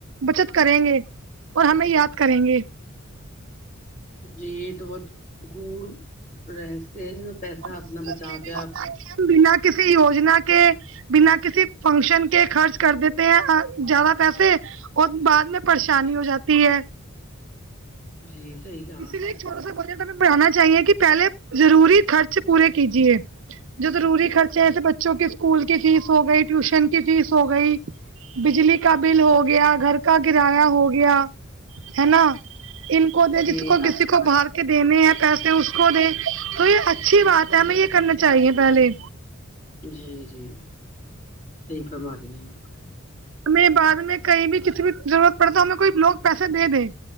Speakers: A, on the right (about 65°); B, on the left (about 35°).
A: بچت کریں گے اور ہمیں یاد کریں گے
B: جی یہ تو بہت گڑ رہسیہ ہے ج پیسہ
A: اور دوسری
B: اپنا بچا
A: بات یہ بھی
B: کے
A: ہوتا
B: آپ
A: ہے کہ بنا کسی یوجنا کے بنا کسی فنکشن کے خرچ کر دیتے ہیں زیادہ پیسے اور بعد میں پریشانی ہو جاتی ہے
B: جی صحیح کہا
A: اسی
B: آپ
A: لیے ایک
B: نے
A: چھوٹا سا بجٹ ہمیں بنانا چاہیے کہ پہلے ضروری خرچ پورے کیجیے جو ضروری خرچے ایسے بچوں کی اسکول کی فیس ہو گئی ٹیوشن کی فیس ہو گئی بجلی کا بل ہو گیا گھر کا کرایہ ہو گیا ہے نا ان کو دے
B: جی
A: جس کو
B: خاص
A: کسی کو
B: کر
A: بار کے دینے ہیں پیسے اس کو دے تو یہ اچھی بات ہے ہمیں یہ کرنا چاہیے پہلے
B: جی جی صحیح فرما رہی آپ
A: ہمیں بعد میں کہیں بھی کسی بھی ضرورت پڑے تو ہمیں کوئی لوگ پیسے دے دیں